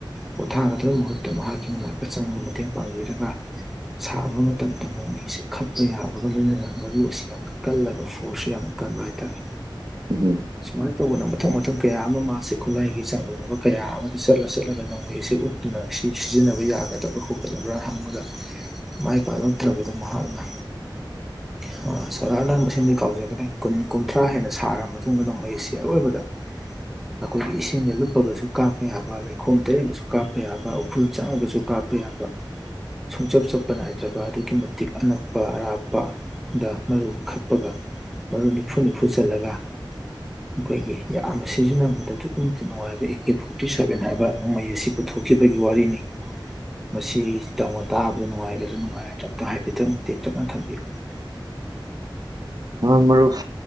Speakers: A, in the centre; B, on the right.
A: ꯄꯣꯠꯊꯥꯒꯗꯕꯒꯤ ꯃꯍꯨꯠꯇ ꯃꯍꯥꯛꯀꯤ ꯃꯅꯥꯛꯇ ꯆꯪꯉꯒ ꯃꯇꯦꯡ ꯄꯥꯡꯕꯤꯔꯒ ꯁꯥꯕ ꯃꯇꯝꯗ ꯅꯣꯡꯃꯩꯁꯦ ꯈꯛꯄ ꯌꯥꯕꯒ ꯂꯣꯏꯅꯅ ꯃꯔꯨ ꯑꯁꯤ ꯌꯥꯝ ꯀꯜꯂꯒ ꯐꯣꯔꯁꯁꯨ ꯌꯥꯝ ꯀꯟꯕ ꯍꯥꯏꯇꯥꯔꯦ
B: ꯎꯝ
A: ꯁꯨꯃꯥꯏꯟ ꯇꯧꯗꯅ ꯃꯊꯪ ꯃꯊꯪ ꯀꯌꯥ ꯑꯃ ꯃꯥꯁꯦ ꯈꯨꯠꯂꯥꯏꯒꯤ ꯆꯥꯡꯗꯝꯅꯕ ꯀꯌꯥ ꯑꯃꯗ ꯆꯠꯂ ꯆꯠꯂꯒ ꯅꯣꯡꯃꯩ ꯑꯁꯤ ꯎ ꯗꯨꯅ ꯁꯤ ꯁꯤꯖꯤꯟꯅꯕ ꯌꯥꯒꯗꯕꯥ ꯈꯣꯠꯀꯗꯕ꯭ꯔꯥ ꯍꯪꯕꯗ ꯃꯥꯏ ꯄꯥꯛꯂꯛꯇ꯭ꯔꯕꯗ ꯃꯍꯥꯛꯅ <unintelligible> ꯃꯁꯤꯡꯗꯤ ꯀꯥꯎꯖꯒꯅꯤ ꯀꯨꯟ ꯀꯨꯟꯊ꯭ꯔꯥ ꯍꯦꯟꯅ ꯁꯥꯔꯕ ꯃꯇꯨꯡꯗ ꯅꯣꯝꯃꯩꯁꯤ ꯑꯔꯣꯏꯕꯗ ꯑꯈꯣꯏꯒꯤ ꯏꯁꯤꯡꯅ ꯂꯨꯞꯄꯒꯁꯨ ꯀꯥꯞꯄ ꯌꯥꯕ ꯂꯩꯈꯣꯝ ꯇꯩꯔꯒꯁꯨ ꯀꯥꯞꯄ ꯌꯥꯕ ꯎꯐꯨꯜ ꯆꯪꯉꯒꯁꯨ ꯀꯥꯞꯄ ꯄ ꯌꯥꯕ ꯁꯨꯡꯆꯞ ꯆꯞꯄ ꯅꯥꯏꯗ꯭ꯔꯕ ꯑꯗꯨꯛꯀꯤ ꯃꯇꯤꯛ ꯑꯅꯛꯄ ꯑꯔꯥꯞꯄ ꯗ ꯃꯔꯨ ꯈꯛꯄꯒ ꯃꯔꯨ ꯅꯤꯐꯨ ꯅꯤꯐꯨ ꯆꯜꯂꯒ ꯑꯈꯣꯏꯒꯤ ꯌꯥꯝꯅ ꯁꯤꯖꯤꯟꯅꯕꯗ ꯑꯗꯨꯛꯀꯤ ꯃꯇꯤꯛ ꯅꯨꯡꯉꯥꯏꯕ ꯑꯦ ꯀꯦ ꯐꯣꯔꯇꯤ ꯁꯕꯦꯟ ꯍꯥꯏꯕ ꯅꯣꯡꯃꯩ ꯑꯁꯤ ꯄꯨꯊꯣꯛꯈꯤꯕꯒꯤ ꯋꯥꯔꯤꯅꯤ ꯃꯁꯤ ꯇꯧꯅ ꯇꯥꯕꯗ ꯅꯨꯡꯉꯥꯏꯒꯗ꯭ꯔꯥ ꯅꯨꯡꯉꯥꯏꯔꯣꯏꯗ꯭ꯔꯥ ꯑꯝꯇꯪ ꯍꯥꯏꯐꯦꯠꯇꯪ ꯇꯦꯟꯇꯛꯅ ꯊꯝꯕꯤꯌꯨ <inaudible>
B: ꯃ ꯃꯔꯨꯞ